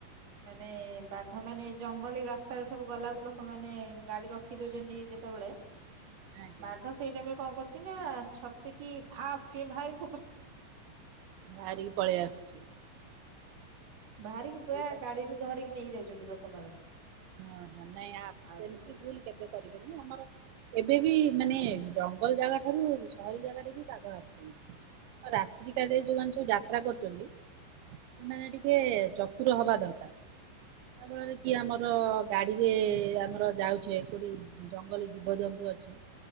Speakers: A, on the right (about 40°); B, on the right (about 75°).
A: ମାନେ ବାଘ ମାନେ ଜଙ୍ଗଲି ରାସ୍ତାରେ ସବୁ ଗଲାକୁ ଲୋକମାନେ ଗାଡି ରଖି ରଖି ଦଉଛନ୍ତି ଯେତେବେଳେ।
B: ଆଜ୍ଞା
A: ବାଘ ସେଇଟାଇମରେ କଣ କରୁଛି ନା ଛପିକି ଭାସ କିଣି ଭାରି ପ
B: ବାହାରିକି ପଳେଇ ଆସୁଛି।
A: ବାହାରିକି ପୁରା
B: ଏଇଟା
A: ଗାଡିରୁ ଧରିକି ନେଇ ଯାଉଛନ୍ତି ଲୋକମାନଙ୍କୁ।
B: ହଁ ହଁ ନାଇଁ
A: ଆଉ
B: ସେମିତି
A: ସେ ତ
B: ଭୁଲ କେବେ କରିବେନି ଆମର ଏବେ ବି ମାନେ ଜଙ୍ଗଲ ଜାଗା ଠାରୁ ସହରୀ ଜାଗାରେ ବି ବାଘ ଆସୁଛନ୍ତି। ରାତ୍ରି କାଳରେ ଯୋଉମାନେ ସବୁ ଯାତ୍ରା କରୁଛନ୍ତି। ସେମାନେ ଟିକେ ଚତୁର ହବା ଦରକାର। <unintelligible> ଆମ ଆମର ଗାଡିରେ ଆମର ଯାଉଛେ କୋଉଠି ଜଙ୍ଗଲୀ ଜୀବଜନ୍ତୁ ଅଛି।